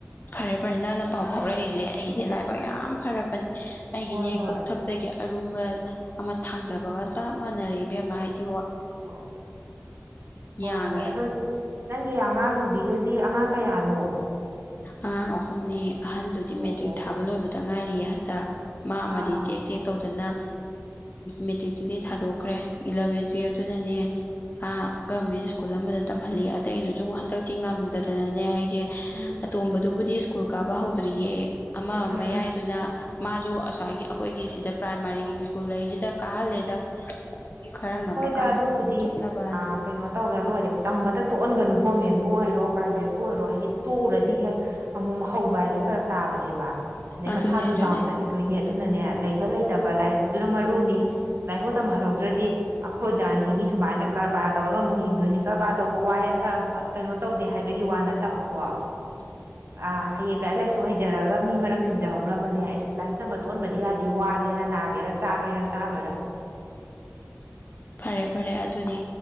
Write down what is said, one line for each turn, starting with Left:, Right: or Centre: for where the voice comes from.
Left: ꯐꯔꯦ ꯐꯔꯦ ꯅꯪꯅ ꯄꯥꯎ ꯐꯥꯎꯔꯛꯏꯁꯦ ꯑꯩꯒꯤꯗꯤ ꯂꯥꯏꯕꯛ ꯌꯥꯝ ꯐꯔꯕꯅꯦ ꯑꯩꯒꯤꯅꯦ
Right: ꯍꯣꯏ ꯍꯣꯏ
Left: ꯀꯣꯛꯊꯛ ꯑꯗꯒꯤ ꯑꯔꯨꯝꯕ ꯑꯃ ꯊꯥꯡꯗꯕꯒ ꯆꯞ ꯃꯥꯟꯅꯔ ꯏꯕ ꯑꯃ ꯍꯥꯏꯗꯤ
Right: ꯍꯣꯏ ꯍꯣꯏ
Left: ꯌꯥꯡꯉꯦ
Right: ꯍꯣꯏ ꯑꯗꯨꯗꯣ ꯅꯪꯒꯤ ꯑꯉꯥꯡ ꯅꯨꯕꯤꯒꯗꯤ ꯑꯉꯥꯡ ꯀꯌꯥꯅꯣ
Left: ꯑꯉꯥꯡ ꯑꯍꯨꯝꯅꯤ ꯑꯍꯟꯗꯨꯗꯤ
Right: ꯑꯣ
Left: ꯃꯦꯇ꯭ꯔꯤꯛ
Right: ꯑꯣ
Left: ꯊꯥꯕ ꯂꯣꯏꯕꯗ ꯉꯥꯏꯔꯤꯌꯦ ꯍꯟꯗꯛ ꯃꯥ ꯑꯃꯗꯤ
Right: ꯑꯥ ꯑꯥ
Left: ꯇꯦꯛ ꯇꯦꯛ ꯇꯧꯗꯅ ꯃꯦꯇ꯭ꯔꯤꯛꯇꯨꯗꯤ ꯊꯥꯗꯣꯛꯈ꯭ꯔꯦ ꯏꯂꯚꯦꯟ ꯇꯨꯋꯜꯐꯇꯨꯅꯅꯦ ꯑ ꯒꯚꯔꯃꯦꯟ ꯁ꯭ꯀꯨꯜ ꯑꯃꯗ ꯇꯝꯍꯜꯂꯤ ꯑꯇꯩꯗꯨꯁꯨ ꯑꯃꯨꯛ ꯍꯟꯗꯛꯇꯤ ꯉꯝꯗꯗꯅꯅꯦ ꯑꯩꯁꯦ
Right: ꯎꯝ
Left: ꯇꯣꯝꯕꯗꯨꯕꯨꯗꯤ ꯁ꯭ꯀꯨꯜ ꯀꯥꯕ ꯍꯧꯗ꯭ꯔꯤꯌꯦ ꯑꯃ
Right: ꯎꯝ
Left: ꯃꯌꯥꯏꯗꯨꯅ
Right: ꯎꯝ
Left: ꯃꯥꯁꯨ ꯉꯁꯥꯏꯒꯤ ꯑꯩꯈꯣꯏꯒꯤ ꯁꯤꯗ ꯄ꯭ꯔꯥꯏꯃꯥꯔꯤꯒꯤ ꯁ꯭ꯀꯨꯜ ꯂꯩꯁꯤꯗ ꯀꯥꯍꯜꯂꯦꯗ ꯈꯔ ꯉꯝꯃꯀꯥꯟꯗ
Right: ꯍꯣꯏꯗ ꯑꯗꯨꯕꯨꯗꯤ
Left: ꯊꯣꯛꯅꯕꯅ
Right: ꯀꯩꯅꯣ ꯇꯧꯔ ꯂꯣꯏꯔꯦ ꯇꯝꯕꯇ ꯇꯣꯛꯍꯟꯒꯅꯨ ꯒꯣꯔꯃꯦꯟꯕꯨ ꯑꯣꯏꯔꯣ ꯄ꯭ꯔꯥꯏꯚꯦꯠꯄꯨ ꯑꯣꯏꯔꯣ ꯍꯥꯏꯗꯤ ꯇꯣꯛꯎꯔꯗꯤ ꯍꯦꯛ ꯑꯃꯨꯛ ꯍꯧꯕ ꯍꯥꯏꯁꯦ ꯐꯔꯛ ꯇꯥꯕꯅꯦꯕ ꯑꯗꯩ
Left: ꯑꯗꯨꯅꯦ
Right: ꯃꯁꯥꯁꯨ
Left: ꯑꯗꯨꯅꯦ
Right: ꯗꯥꯎꯟ ꯆꯠ ꯀꯈꯤꯗꯣꯏꯅꯦ ꯑꯗꯨꯅꯅꯦ ꯂꯩꯕ ꯂꯩꯇꯕ ꯂꯥꯏꯔꯤꯛꯇꯨꯅ ꯃꯔꯨꯅꯤ ꯂꯥꯏꯑꯣꯧ ꯇꯝꯍꯜꯍꯧꯗ꯭ꯔꯗꯤ ꯑꯩꯈꯣꯏꯗ ꯍꯤꯡꯉꯤ ꯁꯨꯃꯥꯏꯅ ꯀꯔꯕꯥꯔ ꯇꯧꯔꯒ ꯑꯃꯨꯛ ꯍꯤꯡꯗꯣꯏꯅꯤ ꯀꯔꯕꯥꯔ ꯇꯧꯕ ꯋꯥꯏ ꯀꯩꯅꯣ ꯇꯧꯗꯦ ꯍꯥꯏꯕꯒꯤ ꯋꯥ ꯅꯠꯇꯕꯀꯣ
Left: <unintelligible>
Right: ꯑ ꯍꯌꯦꯡ ꯂꯥꯏꯔꯤꯛ ꯂꯥꯏꯁꯨ ꯍꯩꯖꯔꯒ ꯃꯤ ꯃꯔꯛ ꯇꯤꯟꯖꯍꯧꯅꯕꯅꯦ ꯑꯁ ꯂꯥꯏꯔꯤꯛ ꯇꯝꯕ ꯇꯣꯛꯍꯕꯗꯤ ꯌꯥꯗꯦ ꯋꯥꯒꯦꯔ ꯅꯥꯒꯦꯔ ꯆꯥꯒꯦꯔꯥ ꯆꯥꯔꯣꯏꯔ
Left: ꯐꯔꯦ ꯐꯔꯦ ꯑꯗꯨꯅꯦ